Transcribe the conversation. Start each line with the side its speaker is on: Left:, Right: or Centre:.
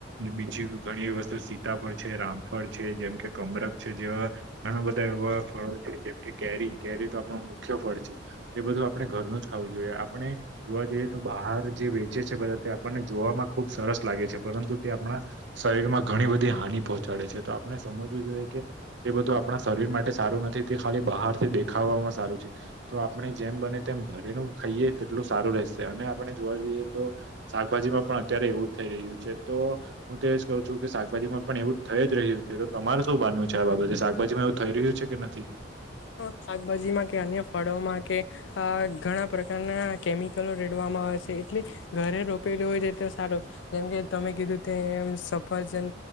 Right: બીજી ઘણી એ વસ્તુ સીતા ફળ છે રામફળ છે જેમ કે કમરક છે જેવા ઘણા બધા એવા ફળો છે જેમ કે કેરી કેરી તો આપ મુખ્ય ફળ છે એ બધું આપણે ઘરનું જ ખાવું જોઈએ આપણે જોવા જઈએ તો બહાર જે વેચે છે બધા તે આપણને જોવામાં ખુબ સરસ લાગે છે પરંતુ તે આપણા શરીર માં ઘણી બધી હાની પહોંચાડે છે તો આપણે સમજવું જોઈએ કે એ બધું આપણા શરીર માટે સારું નથી તે ખાલી બહાર થી દેખાવ સારું છે તો આપણે જેમ બને તેમ ઘરેનું ખાઈએ તેટલું સારું રહેશે ને આપણે જોવા જઈએ તો શાકભાજીમાં પણ અત્યારે એવું જ થઈ રહ્યું છે તો હું તો એજ કહું છું કે શાકભાજીમાં પણ એવું થઈ જ રહ્યું છે તો તમારે શું માનવું છે આ બાબતે શાકભાજીમાંવું થઈ રહ્યું છે કે નથી?
Left: હા શાકભાજીમાં કે અન્ય ફળોમાં કે આ ઘણા પ્રકારના કેમિકલો રેડવામાં આવે છે એટલે ઘરે રોપેલી હોય છે તો સારો જેમ કે તમે કીધું તે સફરજન